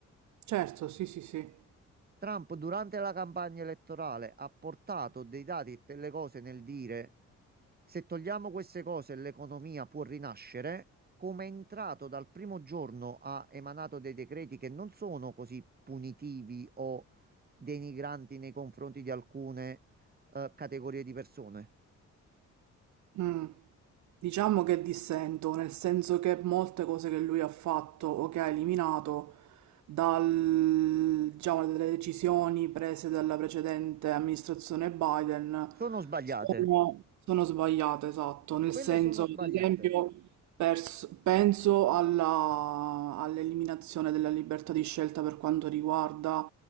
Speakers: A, on the right; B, on the right.
A: certo, sì, sì, sì.
B: Trump durante la campagna elettorale ha portato dei dati e delle cose nel dire se togliamo queste cose, l'economia può rinascere. Come è entrato dal primo giorno ha emanato dei decreti che non sono così punitivi o denigranti nei confronti di alcune eh, categorie di persone.
A: Mm. Diciamo che dissento, nel senso che molte cose che lui ha fatto o che ha eliminato dal- diciamo, dalle decisioni prese dalla precedente amministrazione Biden
B: Sono sbagliate.
A: sono, sono sbagliate, esatto. Nel
B: Quelle
A: senso,
B: sono
A: ad
B: sbagliate.
A: esempio, pers- penso alla- all'eliminazione della libertà di scelta per quanto riguarda